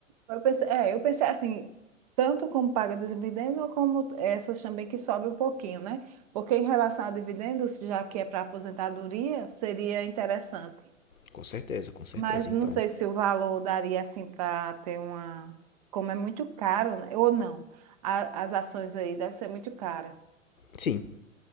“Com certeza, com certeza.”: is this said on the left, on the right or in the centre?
Left